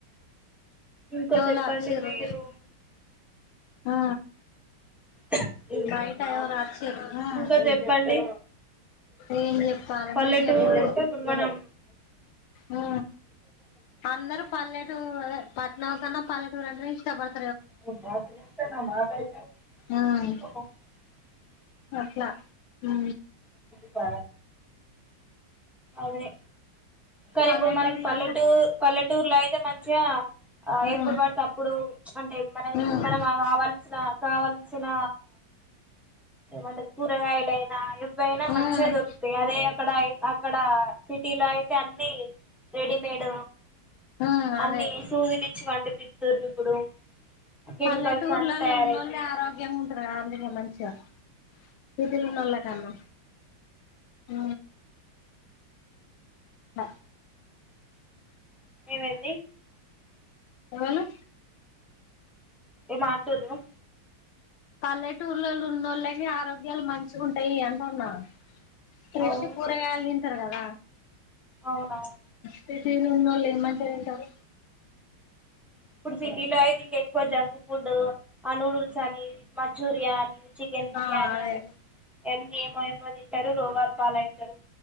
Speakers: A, in the centre; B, on the left (about 85°).
A: ఇంకా
B: వాళో
A: చెప్పండి
B: వచ్చిరు
A: మీరు
B: ఆ
A: హా
B: బయట ఎవరో వచ్చిర్రు
A: ఇంకా చెప్పండి
B: ఏం చెప్పాలే
A: పల్లెటూరు
B: మీరు చెప్పాడి
A: ఇప్పుడు మనం
B: ఉ అందరు పల్లెటు అదే పట్నాం కన్నా పల్లెటూరు అంటేనే ఇష్టపడుత
A: <unintelligible>
B: ఉమ్ అట్లా ఉ
A: ప అదే కానీ
B: పల్లెటూర్లలో
A: ఇప్పుడు మనకి పల్లెటూరు పల్లెటూరులో అయితే మంచిగా ఆ
B: ఉమ్
A: ఎప్పుడు పడితే అప్పుడు అంటే మన
B: ఉమ్
A: మనం ఆవాల శ్రక కావల్సిన ఏమంటారు కూరగాయలైన ఇయినా
B: ఉమ్
A: మంచిగా దొకుతాయి అదే అక్కడ అక్కడ సిటీలో అయితే అన్ని రెడీమేడ్
B: ఆ అదే
A: అన్ని సూదులు ఇచ్చి పండిపిస్తుర్రు ఇప్పుడు కెమికల్స్
B: పల్లెటూర్లలో
A: అన్ని తయారవుతుంది
B: ఉన్నోళ్ళ ఆరోగ్యంగా ఉంటంది కదా అందుకే మంచిగా సిటీ లో ఉన్నోళ్ల కన్నా అ ద
A: ఏమైంది
B: ఏవలు
A: ఏ మాటరు
B: పల్లెటూళ్లో ఉన్నోళ్ళకి ఆరోగ్యాలు మంచిగా ఉంటాయి అంట అన్నా ఫష్
A: అవును
B: కూరగాయాలు తరగద
A: అవునవును
B: సిటీలునోలు ఏమంచిగ తింటారు
A: ఇపుడు సిటీలోయట్ ఇంకా ఆకు కొజ ఫుడ్ ఆ నూడుల్స్ అని మంచూరియన్ చికెన్ బిర్యానీ
B: ఆ అదే
A: అనీ ఎన్ని ఏమో ఏమో తింటారు రోగాలు బాల అవుతారు